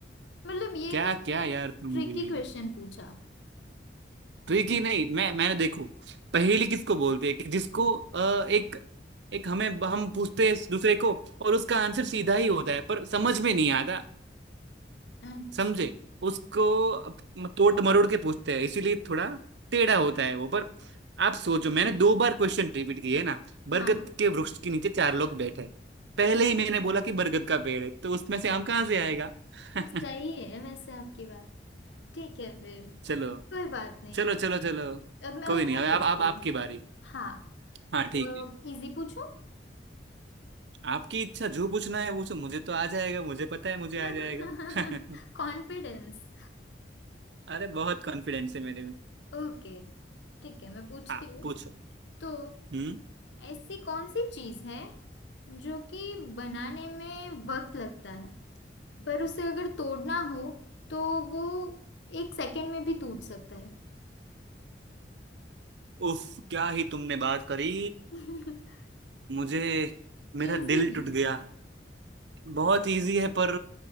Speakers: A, on the left; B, on the right.
A: मतलब ये
B: क्या
A: तुमने
B: क्या यार तुम
A: ट्रिकी
B: भी
A: क्वेश्चन पूछा
B: ट्रिकी नहीं मैं मैंने देखो पहेली किसको बोलते हैं कि जिसको अ, एक एक हमें हम पूछते हैं दूसरे को और उसका आंसर सीधा ही होता है पर समझ में नहीं आता
A: अच्छा
B: समझे उसको अप- तोड़ मरोड़ के पूछते हैं इसीलिए थोड़ा टेढ़ा होता है वो पर आप सोचो मैंने दो बार क्वेश्चन रिपीट किए ना
A: हाँ
B: बरगद के वृक्ष के नीचे चार लोग बैठे हैं। पहले ही मैंने बोला कि बरगद का पेड़ है तो उसमें से आम कहाँ से आएगा <laughs>
A: सही है वैसे आपकी बात ठीक है फिर
B: चलो
A: कोई बात नहीं
B: चलो चलो चलो
A: अब मैं
B: कोई
A: अब
B: नहीं
A: मैं
B: अब आप,
A: पूछती
B: आप
A: हूँ
B: आपकी बारी
A: हाँ
B: हाँ ठीक
A: तो
B: है
A: इजी पूछूं
B: आपकी इच्छा जो पूछना है वो सो मुझे तो आ जाएगा मुझे पता है मुझे
A: <laughs>
B: आ जाएगा <laughs>
A: कॉन्फिडेंस
B: अरे बहुत कॉन्फिडेंस है मेरे में
A: ओके ठीक है मैं पूछती
B: हाँ
A: हूँ
B: पूछो
A: तो
B: हम्म
A: ऐसी कौन सी चीज है जो कि बनाने में वक्त लगता है पर उसे अगर तोड़ना हो तो वो एक सेकंड में भी टूट सकता है
B: उफ क्या ही तुमने बात करी
A: <laughs>
B: मुझे मेरा
A: इजी
B: दिल
A: है
B: टूट गया बहुत इजी है पर